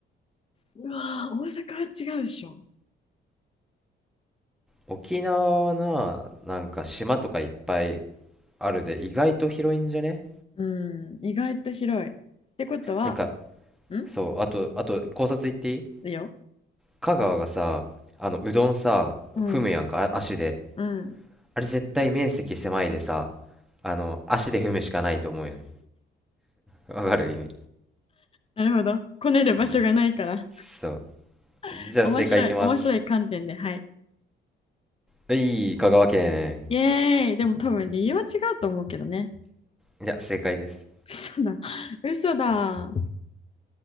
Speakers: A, on the left; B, in the centre.
A: うわー、大阪は違うでしょ。
B: 沖縄はな、なんか島とかいっぱいあるで、意外と広いんじゃね
A: うん、意外と広い。ってことは、
B: なんか、
A: ん
B: そう、あと、あと、考察行っていい
A: いいよ。
B: 香川がさ、あの、うどんさ、
A: うん、
B: 踏むやんか、あ足で。
A: うん。
B: あれ絶対面積狭いでさ、あの、足で踏むしかないと思うよね。わかる意味。
A: なるほど。こねる場所がないから。
B: うん。そう。
A: <laughs>
B: じゃあ正解いきます。
A: 面白い、面白い観点で、はい。
B: はい、香川県。
A: イエーイ。でも多分理由は違うと思うけどね。
B: いや、正解です。
A: 嘘だ。嘘だ。